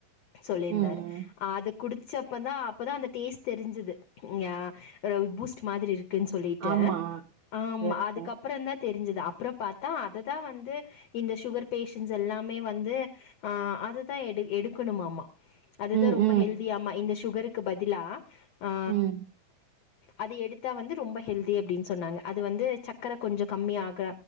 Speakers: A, on the left; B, on the right.
A: சொல்லியிருந்தாரு
B: ம், ம்.
A: அது குடிச்சப்போதா அப்போ தா அந்த டேஸ்ட் தெரிஞ்சுது ஆ அ பூஸ்ட் மாத்ரி குன் சொல்லிட்டு
B: ஆமா.
A: ஆமா
B: அப்டிதான் இருக்கும்.
A: அதுக்கப் தெரிஞ்சது அப்றோ பாத்தா அதுதா வந்து இந்த ஷுகர் பேஷன்ஸ் எல்லாமே வந்து ஆ அததா எடு எடுக்கணுமாமா அதுதா
B: ம்,
A: ரொம்ப
B: ம்,
A: ஹெல்தி ஆமா இந்த ஷுகருக் பதிலா ஆ
B: ம்
A: அது எடுத்தா வந்து ரொம்ப ஹெல்தி அப்டின் சொன்னாங்க அது வந்து சக் க்கர கொஞ்சோ கம்மி ஆக